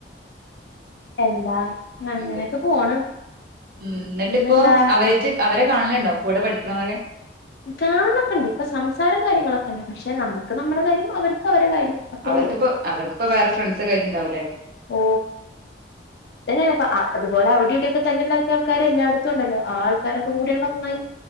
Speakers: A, on the left; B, on the right.
A: എന്താ അങ്ങനൊക്കെ
B: ഉണ്ട്
A: പോണ്
B: ഉം എന്നിട്ട്
A: പിന്നെന്താ
B: ഇപ്പോ അവജ് അവരെ കാണലണ്ടോ കൂടെ പഠിക്കണവരെ
A: കാണോക്കെ ഉണ്ട് ഇപ്പൊ സംസാരം കാര്യങ്ങളൊക്കെ ഉണ്ട് പക്ഷെ നമ്മുക്ക് നമ്മുടെ കാര്യം അവർക്ക് അവരുടെ കാര്യം അത്രേ
B: അവർക്കിപ്പോ
A: ഉള്ളൂ
B: അവർക്കി പ്പോ വേറെ ഫ്രണ്ട്സ ഒക്ക ആയിട്ടുണ്ടാകും അല്ലെ
A: ഓ അതന്നെയ അപോലെ അവിടെ ഇവിടെയക്കെ തല്ലു ണ്ടാക്കിയ ആൾക്കാര് എല്ലായിടത്തും ഉണ്ടല്ലോ ആൾക്കാരൊക്കെ കൂടിയണ്ട ഒന്നായി